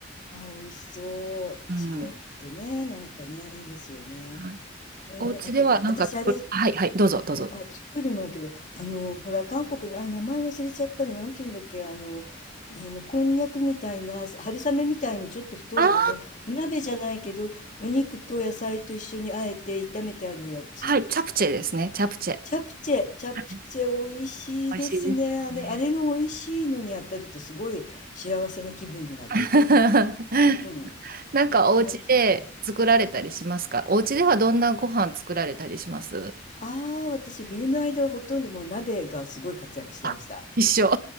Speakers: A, on the left (about 40°); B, on the right (about 50°).
A: あ、美味しそう。
B: うん。
A: チゲってね、
B: は
A: なんかね、いいですよね。
B: い。
A: へえ、
B: お家ではなんか作る、
A: あと、私あれ
B: はい、はい、どうぞ、どうぞ。
A: うん、あ、作るもんやけど、あの、ほら、韓国の、あ、名前忘れちゃったの、なんていうんだっけ、あの、あの、こんにゃくみたいな、春雨みたいな、ちょっと太いのの、
B: ああ、
A: お鍋じゃないけど、お肉と野菜と一緒にあえて炒めてあるやつ。
B: はい、チャプチェですね、チャプチェ。
A: チャプチェ、チャプチェ、
B: はい、
A: 美味しいですね。
B: 美味しいですよね。
A: あれ、あれの美味しいのに当たると、すごい幸せな気分になる。
B: <laughs>
A: うん、
B: なんかお家で作られたりしますかお家ではどんなご飯作られたりします
A: チャプチェ。ああ、私、冬の間はほとんどもう鍋がすごい活躍してました。
B: あ、一緒。